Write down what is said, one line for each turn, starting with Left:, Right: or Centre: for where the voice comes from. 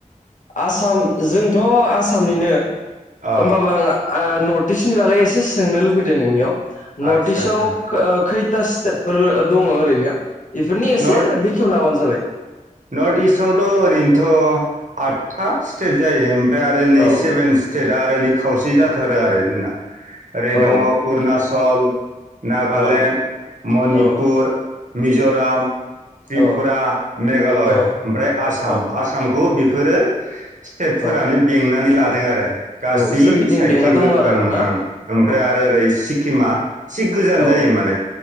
Left: आसाम जोंथ आसामनिनो होनोमबाबो
Right: औ
Left: आं ओ नर्थस्टनि बागै एसे सोंनो लुगैदों नोंनियाव नर्ट
Right: आदसा
Left: इस्टआव
Right: आदसा
Left: खो खैथा स्टेटफोर दङ ओरैनो बेफोरनि एसे
Right: नर्थ
Left: बेखेवना होबानो जाबाय
Right: नर्थ इस्टआवथ ओरैनोथ आदथा स्टेट जायो ओमफ्राय आरो नै
Left: औ
Right: सेभेन स्टेटआ आरो नै खावसे जाथों थारो आरो जोंना ओरै
Left: औ
Right: दङ अरुनाचल नागालेण्ड
Left: औ
Right: मणिपुर
Left: औ
Right: मिजराम त्रिपुरा
Left: औ
Right: मेघालय
Left: औ
Right: ओमफ्राय आसाम
Left: औ
Right: आसामखौ बेफोरो स्टेटफोरानो
Left: औ
Right: बेंनानै लादों आरो गासै
Left: औ सोरगिदिं
Right: साइदखिबो
Left: बेंना दङ आरो
Right: ओं
Left: ना
Right: ओं ओमफ्राय
Left: औ
Right: आरो ओरै सिक क्किमा एसे गोजान
Left: औ
Right: जायो माने